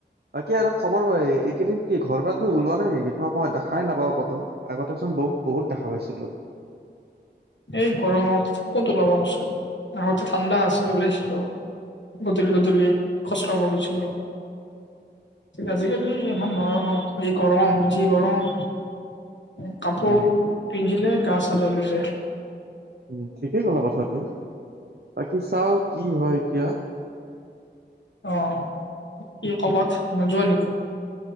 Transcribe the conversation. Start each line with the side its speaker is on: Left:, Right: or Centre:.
Right: বাকী আৰু খবৰ এইকেইদিন কি ঘৰ পৰা তুমি ওলোৱা নাই নেকি? তোমাক মই দেখাই নাপাওঁ ক'তো, আগতেচোন বম বহুত দেখা পাইছো ছিলো।
Left: এই গৰমত, ক'ত ওলাবা কচোন আগতে ঠাণ্ডা আছিল ওলাইছিলোঁ। গধূলি গধূলি খোচ কাৰবা গৈছিলো। আজিকালি ইমান নোৱাৰ ন', এই গৰম যি গৰম। কাপোৰ
Right: উম
Left: পিন্ধিলে গা চা জ্বলি যায়।
Right: উম, ঠিকেই ক'লা কথাটো। বাকী চাওঁ কি হয় এতিয়া।
Left: অ', কি কবাত নোযোৱা নেকি?